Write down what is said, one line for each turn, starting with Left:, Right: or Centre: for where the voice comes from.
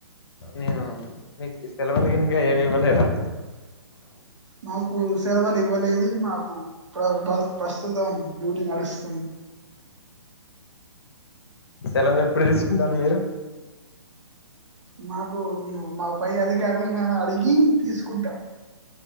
Left: నేను మీకు సెలవులగినక ఏమివ్వ లేదా
Right: మాకు సెలవులు ఇవ్వలేదు మాకు ప్ర ప్రస్తుతం డ్యూటీ నడుస్తుంది.
Left: సెలవులు ఎప్పుడు తీసుకుంటారు మీరు
Right: మాకు మే మా పై అధికారులు మేము అడిగి తీసుకుంటాం